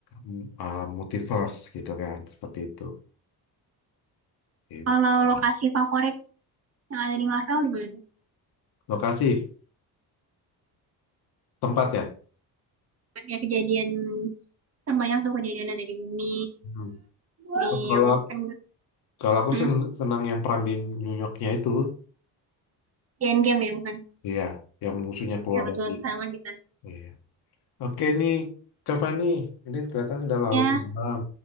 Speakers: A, on the left; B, on the right.
A: mm, ah, multiverse gitu kan, seperti itu. Gitu.
B: Kalau lokasi favorit Yang ada di Marvel gimana tuh?
A: Lokasi, tempat ya.
B: Ya kejadian kan banyak tuh kejadian ada di bumi
A: Hmm.
B: di
A: Kalau
B: yang kan
A: kalau aku
B: hmm,
A: sen- senang yang perang di New Yorknya itu
B: di Endgame ya bukan?
A: Iya, yang musuhnya keluar
B: Ya betul
A: dari.
B: sama kita.
A: Iya. Oke nih, Kak Fani, ini kelihatan sudah larut
B: Ya
A: malam.